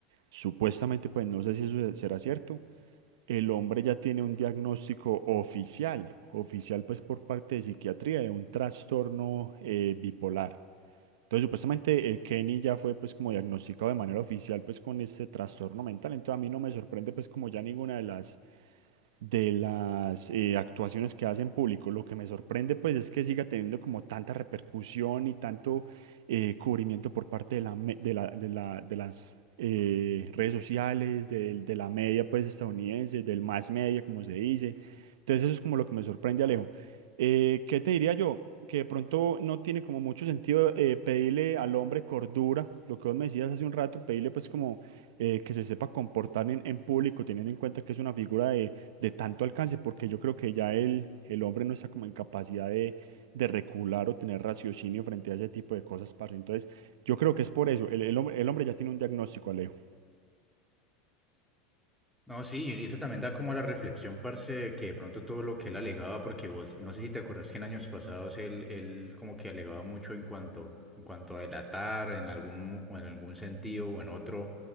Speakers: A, on the right; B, in the centre.
A: supuestamente pues no sé si eso será cierto. El hombre ya tiene un diagnóstico oficial, oficial pues por parte de psiquiatría de un trastorno eh, bipolar. Entonces, supuestamente, eh, Kenny ya fue pues como diagnosticado de manera oficial pues con este trastorno mental. Entonces, a mí no me sorprende pues como ya ninguna de las de las eh, actuaciones que hace en público. Lo que me sorprende pues es que siga teniendo como tanta repercusión y tanto eh, cubrimiento por parte de la, me- de la- de la- de las eh, redes sociales, del- de, la media pues estadounidense, del más media como se dice. Entonces eso es como lo que me sorprende, Alejo. Eh, ¿qué te diría yo? Que de pronto no tiene como mucho sentido eh, pedirle al hombre cordura, lo que vos me decías hace un rato, pedirle pues como eh, que se sepa comportar en, en público, teniendo en cuenta que es una figura de de tanto alcance, porque yo creo que ya el, el hombre no está como en capacidad de, de recular o tener raciocinio frente a ese tipo de cosas, parce. Entonces, yo creo que es por eso. El, el hombre, el hombre ya tiene un diagnóstico, Alejo.
B: No, sí, y eso también da como a la reflexión, parce, de que de pronto todo lo que él alegaba, porque vos, no sé si te acordás que en años pasados él, él como que alegaba mucho en cuanto, en cuanto a delatar, en algún, mo- o en algún sentido o en otro,